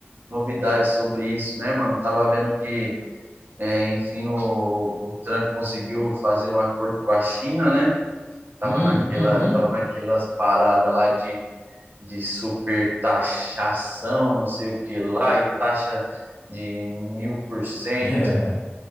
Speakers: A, on the right; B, on the left.
A: novidades sobre isso, né, mano? Tava vendo que, é, enfim, o, o Trump conseguiu fazer um acordo com a China, né? Tava
B: Hum,
A: naquela,
B: uhum.
A: tava naquelas paradas lá de de supertaxação, não sei o que lá, e taxa de mil por cento,
B: É.